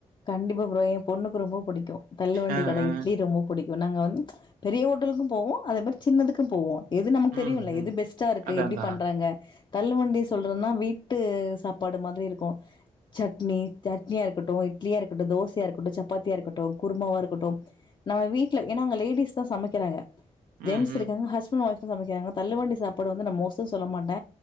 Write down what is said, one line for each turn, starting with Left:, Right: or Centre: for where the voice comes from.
Left: கண்டிப்பா ப்ரோ எ பொண்ணுக்கு ரொம்ப புடிக்கு தள்ளு வண்டி
Right: ஆ,
Left: கட
Right: ஆ.
Left: இட்லி ரொம்ப புடிக்கு நாங்க வந்து பெரிய ஓட்டலுக்கு போவோ அதே மாறி சின்னதுத்துக்கு போவோ எது நமக்கு
Right: ம்,
Left: தெரியுல
Right: ம்.
Left: எது பெஸ்ட்டா இருக்கு
Right: அதான்,
Left: எப்டி
Right: அதான்.
Left: பண்றாங்க தள்ளு வண்டி சொல்றனா வீட்டு சாப்பாடு மாதிரி இருக்கு சட்னி சட்னியா இருக்கட்டு இட்லியா இருக்கட்டு தோசையா இருக்கட்டு சப்பாத்தியா இருக்கட்டு குருமாவா இருக்கட்டு ந வீட்ல ஏன்னா அங்க லேடிஸ் தா சமைக்கறாங்க ஜென்ட்ஸ்
Right: ம், ம்.
Left: இருக்காங்க ஹஸ்பண்ட் ஒய்ஃப் சமைக்கறாங்க தள்ளுவண்டி சாப்பாடு வந்து நா மோசோ சொல்ல மாட்ட